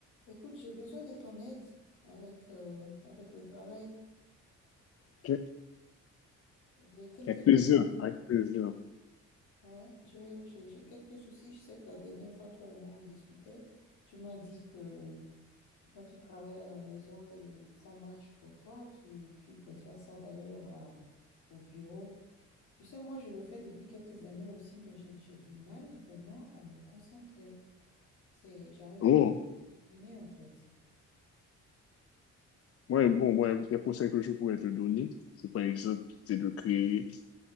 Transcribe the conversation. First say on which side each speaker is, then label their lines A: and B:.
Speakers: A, on the left; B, on the left.
A: Écoute, j'ai besoin de ton aide avec, euh, avec le travail.
B: Ok,
A: J'ai quelques,
B: Avec plaisir, avec plaisir.
A: ouais, j'ai, j'ai, j'ai quelques soucis. Je sais que la dernière fois, toi et moi, on discutait. Tu m'as dit que toi, tu travailles à la maison et ça marche pour toi. Tu, tu préfères ça d'ailleurs à- au bureau. Tu sais, moi, je le fais depuis quelques années aussi, mais j'ai, j'ai du mal vraiment à me concentrer. C'est, j'arrive
B: Oh,
A: Guinée, en fait.
B: ouais, bon, moi, les conseils que je pourrais te donner, c'est par exemple, c'est de créer